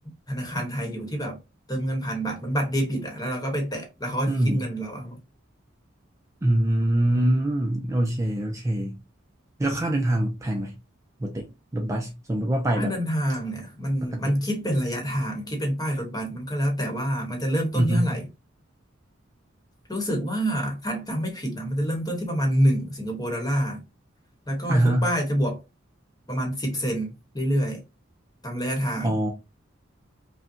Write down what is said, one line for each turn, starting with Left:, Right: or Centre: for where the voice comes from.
Left: ธนาคารไทยอยู่ที่แบบเติมเงินผ่านบัตรเหมันบัตรเดบิตอ่ะแล้วเราก็ไปแตะแล้วเขาก็จะคิดเงินเราเอา
Right: อืมอืมโอเคโอเคแล้วค่าเดินทางแพงไหมปกติรถบัสสมมุติว่าไปแบบ
Left: ค่าเดินทางเนี่ยมันมันคิดเป็นระยะทางคิดเป็นป้ายรถบัสมันก็แล้วแต่ว่ามันจะเริ่มต้นที่เท่าไหร่
Right: ปกติอือฮึ
Left: รู้สึกว่าถ้าจำไม่ผิดนะมันจะเริ่มต้นที่ประมาณหนึ่งสิงคโปร์ดอลลาร์แล้วก็ทุกป้ายจะบวก
Right: อ่าฮะ
Left: ประมาณสิบเซนต์เรื่อยๆตามระยะทาง
Right: อ๋อ